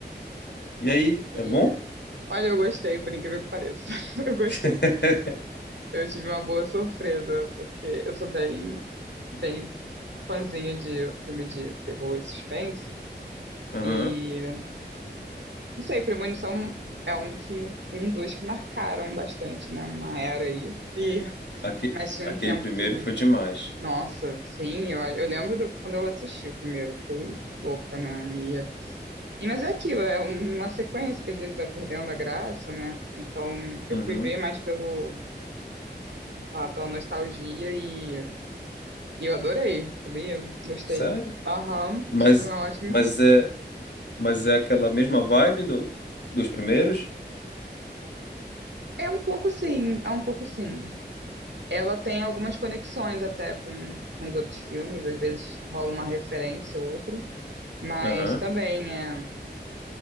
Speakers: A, on the left; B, on the right.
A: E aí,
B: e
A: é bom?
B: olha, eu gostei, por incrível que pareça. <laughs> Eu gostei.
A: <laughs>
B: Eu tive uma boa surpresa, porque eu sou bem, bem fãzinha de filme de terror e suspense.
A: Aham.
B: E não sei, Premonição é um que um dos que marcaram bastante, né? Uma era aí. E,
A: Aque-
B: mas tinha
A: Aquele
B: um tempo
A: primeiro
B: que
A: foi demais.
B: Nossa, sim, eu, eu lembro do- quando eu assisti o primeiro, fiquei louca, né? E, e- mas é aquilo, é uma sequência que às vezes vai perdendo a graça, né? Então eu
A: Uhum.
B: fui ver mais pelo, ah, pela nostalgia e, e eu adorei, sabia? Gostei.
A: Sério?
B: Aham,
A: Mas,
B: tive uma ótima
A: mas
B: impressão.
A: é, mas é aquela mesma vibe do, dos primeiros?
B: É um pouco sim, é um pouco sim. Ela tem algumas conexões até com, com os outros filmes, às vezes rola uma referência ou outra, mas
A: Aham,
B: também é.